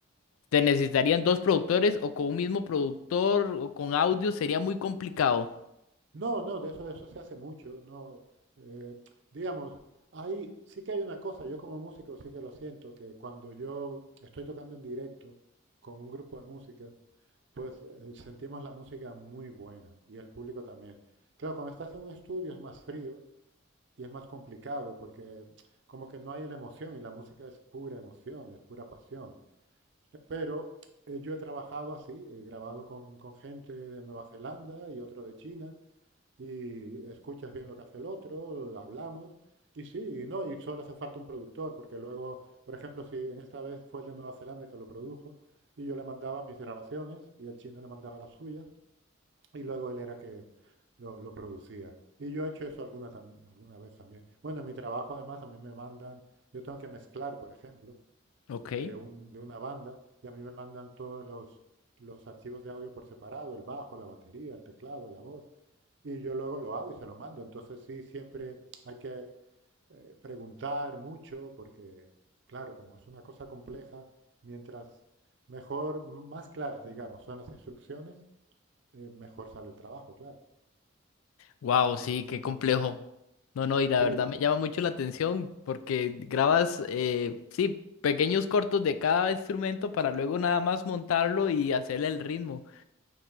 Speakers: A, on the left (about 80°); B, on the right (about 55°).
A: te necesitarían dos productores o con un mismo productor o con audio sería muy complicado.
B: No, no, de eso, de eso se hace mucho, no, eh, digamos, hay, sí que hay una cosa, yo como músico sí que lo siento, que cuando yo estoy tocando en directo con un grupo de música, pues eh, sentimos la música muy buena y el público también. Claro, cuando estás en un estudio es más frío y es más complicado porque como que no hay la emoción y la música es pura emoción, es pura pasión. Eh, Pero eh, yo he trabajado así, he grabado con, con gente de Nueva Zelanda y otro de China y escuchas bien lo que hace el otro, hablamos y sí, y no, y solo hace falta un productor porque luego, por ejemplo, si en esta vez fue el de Nueva Zelanda que lo produjo y yo le mandaba mis grabaciones y el chino le mandaba las suyas y luego él era que lo, lo producía. Y yo he hecho eso alguna, tam- alguna vez también. Bueno, en mi trabajo además a mí me mandan, yo tengo que mezclar, por ejemplo,
A: Ok.
B: de un, de una banda y a mí me mandan todos los, los archivos de audio por separado, el bajo, la batería, el teclado, la voz, y yo luego lo hago y se lo mando. Entonces sí, siempre hay que eh, preguntar mucho porque, claro, como es una cosa compleja, mientras mejor, más claras, digamos, son las instrucciones, eh, mejor sale el trabajo, claro.
A: Wow, sí, qué complejo. No, no, y la
B: Sí,
A: verdad me llama mucho la atención porque grabas, eh, sí, pequeños cortos de cada instrumento para luego nada más montarlo y hacerle el ritmo.